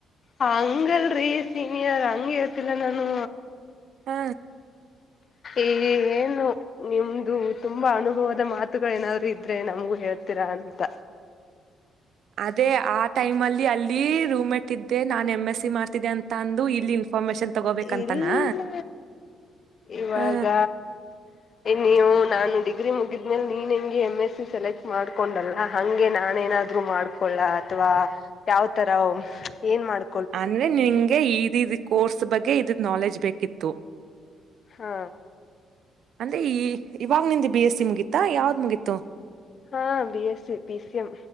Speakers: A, on the left (about 50°); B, on the right (about 70°).
A: ಹಂಗಲ್ರಿ ಸೀನಿಯರ್ ಹಂಗ ಇೇತಿಲ್ಲ ನಾನು
B: ಹಾ
A: ಏ ಏನು ನಿಮ್ದು ತುಂಬಾ ಅನುಭವದ ಮಾತುಗಳ ಏನಾದ್ರು ಇದ್ರೆ ನಮಗೂ ಹೇಳ್ತೀರಾ ಅಂತ
B: ಅದೇ ಆ ಟೈಮ್ ಅಲ್ಲಿ ಅಲ್ಲಿ ರೂಮ್ಟ್ ಇದ್ದೆ ನಾನ್ ಎಮ್ ಎಸ್ ಸಿ ಮಾಡ್ತಿದ್ದೆ ಅಂತ ಅಂದು ಇಲ್ಲಿ ಇನ್ಫಾರ್ಮೇಶನ್ ತಗೋಬೇಕಂತನಾ
A: ಇಲ್ಲ ಇವಾಗ
B: ಹ
A: ನೀವು ನಾನು ಡಿಗ್ರಿ ಮುಗಿದ್ಮೇಲೆ ನೀನ್ ಹೆಂಗೆ ಎಮ್ ಎಸ್ ಸಿ ಸೆಲೆಕ್ಟ್ ಮಾಡ್ಕೊಂಡಲ್ಲ ಹಂಗೆ ನಾನೇನಾದ ರು ಮಾಡ್ಕೊಳ್ಳ ಅಥವಾ ಯಾವ ತರ ಏನ್ ಮಾಡ್
B: ಅಂದ್ರೆ ನಿಂಗೆ ಇದ ಕೋರ್ಸ್ ಬಗ್ಗೆ ಇದ್ರ ನಾಲೆಜ್ ಬೇಕಿತ್ತು
A: ಹಾ
B: ಅಂದ್ರೆ ಈ ಇವಾಗ ನಿಂದ ಬಿ ಎಸ್ ಸಿ ಮುಗೀತಾ ಯಾವ್ದ್ ಮುಗೀತ
A: ಹಾ B S C P C M